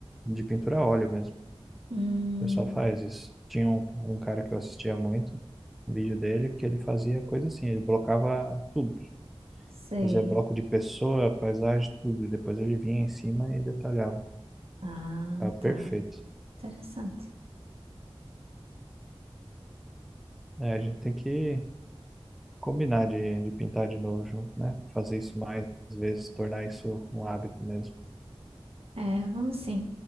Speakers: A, in the centre; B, on the right.
A: de pintura a óleo mesmo.
B: Hum,
A: O pessoal faz isso. Tinha um, um cara que eu assistia muito, um vídeo dele, que ele fazia coisa assim, ele blocava tudo.
B: sei.
A: Fazia bloco de pessoa, paisagem, tudo. E depois ele vinha em cima e detalhava.
B: Ah,
A: ah perfeito.
B: tá. Interessante.
A: É, a gente tem que combinar de, de pintar de novo junto, né? Fazer isso mais, às vezes, tornar isso um hábito mesmo.
B: É, vamos sim.